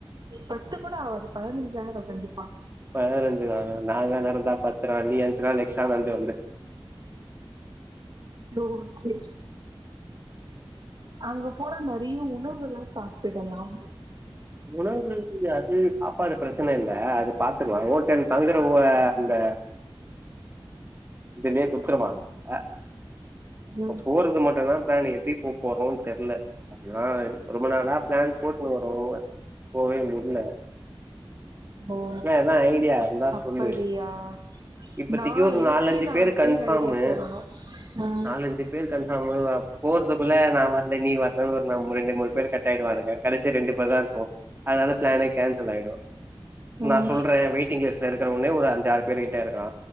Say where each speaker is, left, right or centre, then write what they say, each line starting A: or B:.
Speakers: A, on the right (about 50°); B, on the right (about 25°).
A: பத்து கூட ஆவாது பதினைஞ்சாயிடு கண்டிப்பா
B: பதினைஞ்சு நாலும் நாங்க நா கத்துறே நீ அஞ்சு நாள் எக்ஸ்ட்ரா நடந்து வந்த
A: நோ சேன்ஜ் அங்க போல நெறைய உணவுகள் சாப்பிடலாம்
B: உணவு அது சாப்பாடு பிரச்சன இல் அது பாத்துக்கலா ஓட்டல் தங்கற அந்தஅந்த இதுமே குற்றமா ஆ
A: ம்
B: ப்ப போறது மட்டோ தா பிளானு எப்டி போ போறோ தெர்யல அதுதா எனக்கோ ரொம்ப நாளா பிளான் போட்டுனு வரோ போவே முடியல
A: ஓ
B: ஏத ஐடியா இருந்தா
A: அப்படியா
B: சொல்லு இப்பத்திக்கு
A: நா
B: ஒரு
A: எனக்கே
B: நாலஞ்சு
A: நாலு
B: பேரு கன்பார்மு
A: பேர் ஐடியா தரணு ம்
B: நாலஞ்சு பேர் கன்பார்மு போறதுக்குள்ள நா வரல நீ வரலன்னு ஒரு ரெண்டு மூணு பேரு கட் போய்டுவானுங்க கடைசியா ரெண்டு பேர் தா இருப்போ அதனால பிளனே கேன்சல் ஆயிடோ நான்
A: ம்
B: சொல்றே வெயிட்டிங் லிஸ்ட்ல இருக்குறவனே ஒரு அஞ்சறு பேரு டே இருக்கா